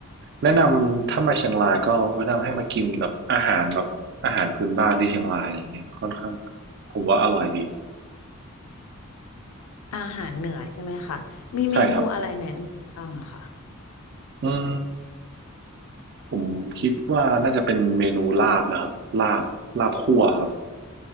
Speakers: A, on the right (about 50°); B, on the left (about 80°).
A: แนะนำถ้ามาเชียงรายก็แนะนำให้มากินแบบอาหารแบบอาหารพื้นบ้านที่เชียงรายอะไรเงี้ยค่อนข้างผมว่าอร่อยดี
B: อาหารเหนือใช่ไหมคะมีเมนูอะไรแนะนำบ้างอะคะ
A: ใช่ครับอืมผมคิดว่าน่าจะเป็นเมนูลาบนะครับลาบลาบคั่วครับ